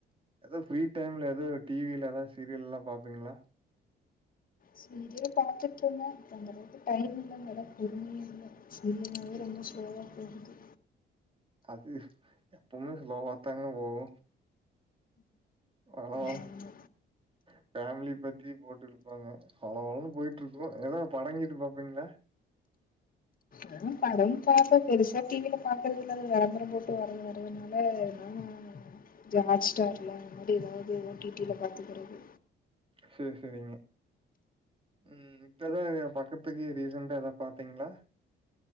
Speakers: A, on the right; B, on the left.
A: எதோ ஃப்ரீ டைம்ல எதோ டி வில எதோ சீரியல் எல்லா பாப்பீங்ளா
B: சீரியல் பாத்துட்டு இருந்தே இப்ப அந்தளவுக்கு டைம் இல்ல அந்தளவுக் பொறுமையு இல்ல சீரியல்
A: சரி
B: நாலே ரொம்ப ஸ்லோவா போகுது
A: அது எப்போமே ஸ்லோவத்தாங்க போகு ஹலோ
B: ஆமா
A: ஃபேமிலி பத்தி போட்டுருபாங்க வளவளனு போய்டுருக்கும் எதோ படங்கிடு பாப்பீங்களா
B: நானும் படம் பாப்பே பெருசா டி வில பாக்றதுல அது விளம்பரம் போட்டு வரது வரறதுனால அதுனால நானு ஹாட்ஸ்டார்ல அது மாரி எதாது ஒ டி டி ல பாப்ப பாத்துகுறது
A: சேர் சேரிங்க உம் இப்பதா ஏ பக்கத்துக்கு ரீசென்டா எதா பாத்தீங்ளா